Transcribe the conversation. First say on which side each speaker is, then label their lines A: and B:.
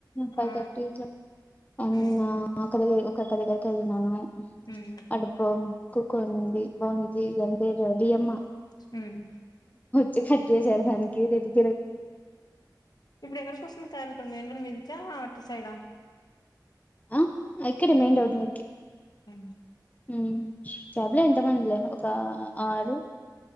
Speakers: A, on the left; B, on the left.
A: ఫైవ్
B: ఆ
A: థర్టీ అండ్
B: ఉమ్
A: అక్క దగ ఒకక్క దగ్గరికి వెళ్ళినను
B: ఉమ్
A: అ అ తక్కుకోండి బాగు ఇదంతే ఒడియమ్మ
B: హ్మ్మ్
A: చెట్టటి సాడ్నికిలు <inaudible>
B: ఇప్పుడు ఎవరికోసం కాగా తుంది ఎండల మీది చాల అటు సైడ్ ఆ
A: ఆ ఇక్కడ మెయిన్ రోడ్ మీదికి
B: అ
A: ఉ క్యాబ్లే ఎంత మందిలే ఒక ఆరు